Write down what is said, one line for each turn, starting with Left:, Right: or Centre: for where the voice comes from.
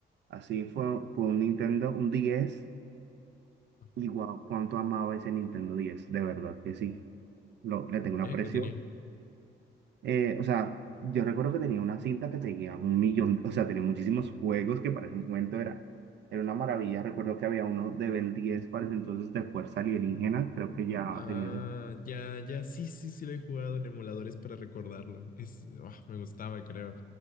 Right: así, fue, fue un Nintendo, un 10
Left: Ajá.
Right: y guau, cuánto amaba ese Nintendo diez de verdad que sí, lo, le tengo
Left: ¿Por
Right: un
Left: qué?
Right: aprecio
Left: ¿Qué tenía?
Right: Eh, o sea, yo recuerdo que tenía una cinta que tenía un millón, o sea, tenía muchísimos juegos que para ese momento era, era una maravilla. Recuerdo que había uno de Ben 10 para ese entonces de Fuerza Alienígena, creo que ya
Left: Ah,
Right: tenía ese.
Left: ya, ya, sí, sí, sí lo he jugado en emuladores para recordarlo. Es, ah, me gustaba, creo.